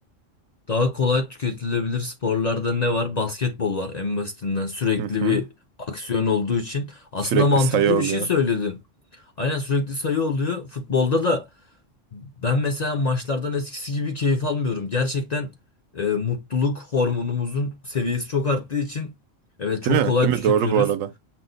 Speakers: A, on the left; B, on the right.
A: Daha kolay tüketilebilir sporlarda ne var? Basketbol var en basitinden. Sürekli
B: Hı hı.
A: bir aksiyon olduğu için. Aslında
B: Sürekli
A: mantıklı
B: sayı oluyor.
A: bir şey söyledin. Aynen sürekli sayı oluyor. Futbolda da ben mesela maçlardan eskisi gibi keyif almıyorum. Gerçekten e, mutluluk hormonumuzun seviyesi çok arttığı için evet çok
B: Değil
A: kolay
B: mi? Değil
A: tüketiyoruz.
B: mi? Doğru bu arada.